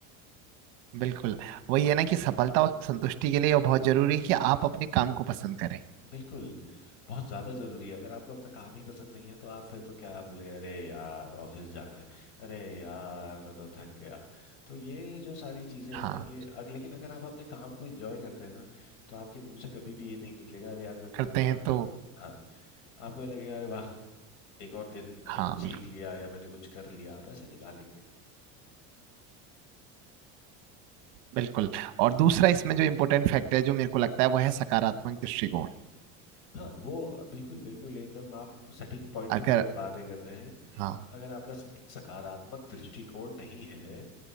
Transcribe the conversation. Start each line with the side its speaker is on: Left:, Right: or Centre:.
Right: बिल्कुल वही है ना कि सफलता और संतुष्टि के लिए यह बहुत जरूरी है कि आप अपने काम को पसंद करें
Left: बिल्कुल बहुत ज़्यादा ज़रूरी है अगर आपको अपना काम ही पसंद नहीं है तो आप फिर तो क्या बोले अरे यार ऑफिस जाना है अरे यार मैं तो थक गया तो ये जो सारी चीज़ें
Right: हाँ
Left: हैं ये अग लेकिन अगर आप अपने काम को इंजॉय करते हैं ना तो आपके मुंह से कभी भी ये नहीं निकलेगा अरे यार मैं तो
Right: करते
Left: थक गया
Right: हैं
Left: आपका
Right: तो
Left: हाँ आपको ये लगेगा अरे वाह एक और दिन मैंने
Right: हाँ
Left: कुछ
Right: बिल्कुल
Left: सीख लिया या मैंने कुछ कर लिया आप ऐसे निकालेंगे
Right: बिल्कुल और दूसरा इसमें जो इम्पोर्टेंट फैक्टर है जो मेरे को लगता है वो है सकारात्मक दृष्टिकोण
Left: हाँ वो बिल्कुल बिल्कुल एकदम आप सटीक पॉइंट
Right: अगर
Left: टू पॉइंट बातें कर रहे हैं
Right: हाँ
Left: अगर आपका सत- सकारात्मक दृष्टिकोण नहीं है